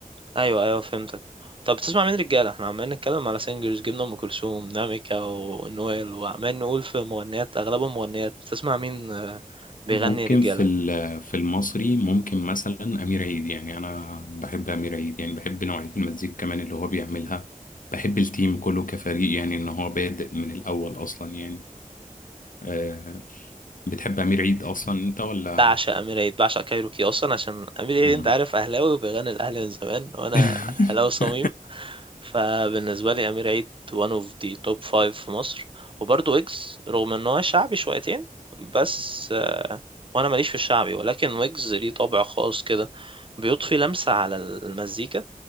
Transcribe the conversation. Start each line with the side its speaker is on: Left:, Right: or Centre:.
Right: ايوه ايوه فهمتك طب بتسمع مين رجاله احنا عمالين نتكلم على سingers جبنا ام كلثوم ناميكا ونويل وعمال نقول في مغنيات اغلبهم مغنيات بتسمع مين آه، بيغني
Left: ممكن
Right: رجاله
Left: في ال- في المصري ممكن مثلا أمير عيد يعني أنا بحب أمير عيد يعني بحب نوعية المزيكا كمان اللي هو بيعملها بحب التيم كله كفريق يعني إن هو بادئ من الأول أصلا يعني أه بتحب أمير عيد أصلا أنت ولا
Right: بعشق امير عيد بعشق كايروكي اصلا عشان امير عيد
Left: مم.
Right: انت عارف اهلاوي وبيغني الاهلي من زمان وانا
Left: <laughs>
Right: اهلاوي صميم فبالنسبه لي امير عيد one of the top 5 في مصر وبرضه ويجز رغم ان هو شعبي شويتين بس آه، وانا ماليش في الشعبي ولكن ويجز ليه طابع خاص كده بيضفي لمسه على المزيكا